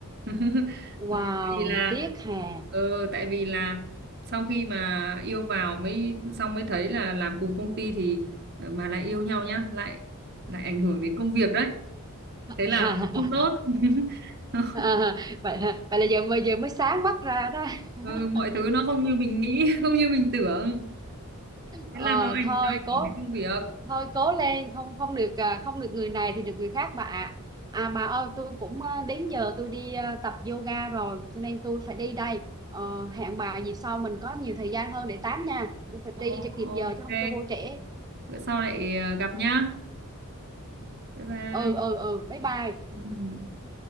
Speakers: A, on the right; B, on the right.
A: <laughs>
B: wow
A: Tại vì là
B: tiếc hè
A: ừ, tại vì là sau khi mà yêu vào mới xong mới thấy là làm cùng công ty thì ờ, mà lại yêu nhau nhá, lại lại ảnh hưởng đến công việc đấy
B: <laughs>
A: thế là không tốt <laughs>
B: À, vậy hả? vậy là giờ bây giờ mới sáng mắt ra đó <laughs>
A: ừ, mọi thứ nó không như mình nghĩ <laughs> không như mình tưởng thế
B: Ờ,
A: là nó ảnh
B: thôi
A: nó ảnh
B: cố
A: hưởng đến công việc
B: thôi cố lên không không được à, không được người này thì được người khác bà ạ à bà ơi tôi cũng à, đến giờ tôi đi à, tập yoga rồi cho nên tôi phải đi đây Ờ, hẹn bà dịp sau mình có nhiều thời gian hơn để tám nha tôi phải
A: Ồ,
B: đi cho kịp
A: ok
B: giờ chứ không tôi vô trễ
A: bữa sau lại ờ, gặp nhá bye bye
B: ừ ừ ừ bye bye
A: ừ. ừ.